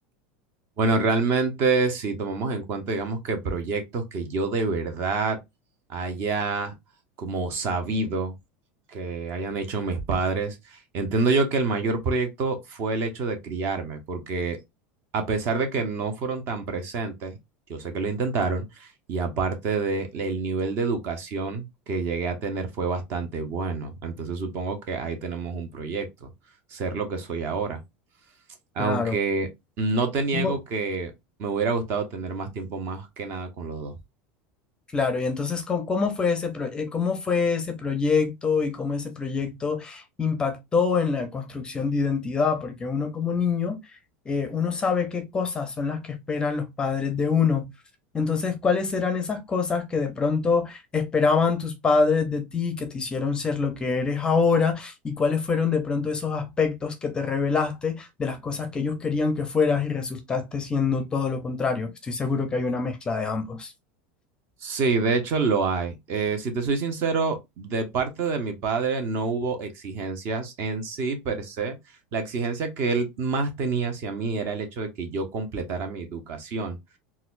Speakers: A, on the right; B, on the left.
A: Bueno, realmente si tomamos en cuenta, digamos que proyectos que yo de verdad haya como sabido que hayan hecho mis padres, entiendo yo que el mayor proyecto fue el hecho de criarme, porque a pesar de que no fueron tan presentes, yo sé que lo intentaron, y aparte de el nivel de educación que llegué a tener fue bastante bueno, entonces supongo que ahí tenemos un proyecto, ser lo que soy ahora aunque
B: Claro.
A: no te niego
B: ¿Cómo,
A: que me hubiera gustado tener más tiempo más que nada con los dos.
B: Claro, y entonces, ¿cómo, cómo fue ese pro- eh, cómo fue ese proyecto y cómo ese proyecto impactó en la construcción de identidad? Porque uno como niño, eh, uno sabe qué cosas son las que esperan los padres de uno. Entonces, ¿cuáles eran esas cosas que de pronto esperaban tus padres de ti, que te hicieron ser lo que eres ahora? ¿Y cuáles fueron de pronto esos aspectos que te revelaste de las cosas que ellos querían que fueras y resultaste siendo todo lo contrario? Estoy seguro que hay una mezcla de ambos.
A: Sí, de hecho lo hay. Eh, si te soy sincero, de parte de mi padre no hubo exigencias en sí per se. La exigencia que él más tenía hacia mí era el hecho de que yo completara mi educación.